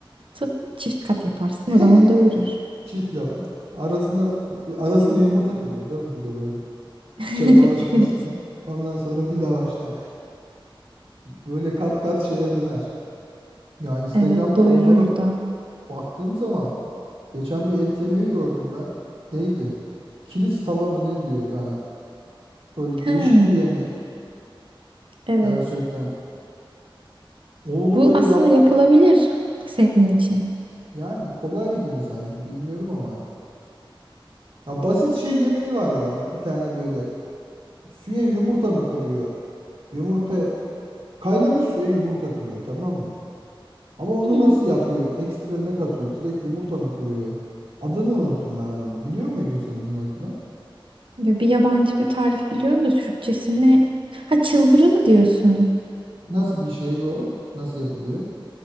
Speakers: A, on the right (about 70°); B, on the right (about 80°).
A: atıp çift kat yaparsın. O
B: <laughs>
A: zaman doyurur.
B: çift lavaş. Arasında arasına
A: Hı.
B: yumurta kırıyor değil mi? Bir de böyle.
A: <laughs>
B: Ç- Lavaşın
A: Evet.
B: üstüne. Ondan sonra bir lavaş daha. Böyle kat kat şeye döner. Ya Instagram'da
A: Evet, doyurur
B: onlara
A: da.
B: baktığım zaman Geçen bir et yemeği gördüm ben. Neydi? Kilis tava mı ne diyor yani. Böyle
A: Ha,
B: değişik bir yemek.
A: evet.
B: Gerçekten. Onu
A: Bu
B: böyle
A: aslında
B: yap.
A: yapılabilir senin için.
B: Yani kolay gibi sanki bilmiyorum ama. Ya basit şey yemeği var ya. Bir tane böyle suya yumurta mı kırıyor? Yumurta kaynamış suya yumurta kırıyor tamam mı? Ama onu
A: Hı.
B: nasıl yapıyor? Ekstra ne katıyor? Direkt yumurta mı kırıyor? Adını unuttum ben onun. Biliyor muydun sen onun adını?
A: Ya bir yabancı bir tarif biliyorum da Türkçesine. Ha çılbırı mı diyorsun?
B: Nasıl bir şey o? Nasıl yapılıyor?